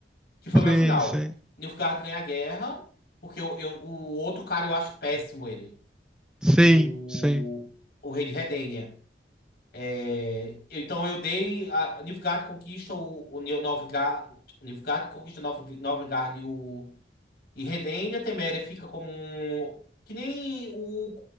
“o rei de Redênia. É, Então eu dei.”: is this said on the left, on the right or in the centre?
Left